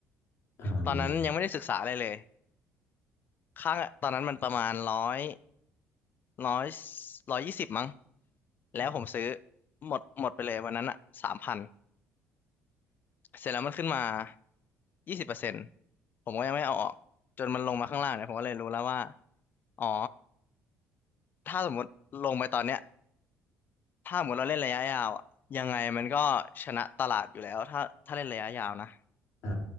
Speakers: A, on the left; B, on the left.
A: อ่า
B: ตอนนั้นยังไม่ได้ศึกษาอะไรเลยค่าตอนนั้นมันประมาณร้อยร้อยร้อยยี่สิบมั้งแล้วผมซื้อหมดหมดไปเลยวันนั้นอะสามพันเสร็จแล้วมันขึ้นมายี่สิบเปอร์เซ็นต์ผมก็ยังไม่เอาออกจนมันลงมาข้างล่างเนี่ยผมก็เลยรู้แล้วว่าอ๋อถ้าสมมติลงไปตอนเนี้ย ถ้าเหมือนเราเล่นระยะยาวอะยังไงมันก็ชนะตลาดอยู่แล้วถ้าถ้าเล่นระยะยาวนะ
A: อ่